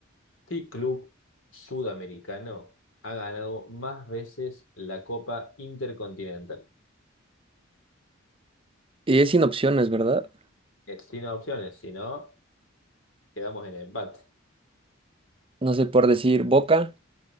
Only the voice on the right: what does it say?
Y es sin opciones, ¿verdad?
No sé, por decir Boca,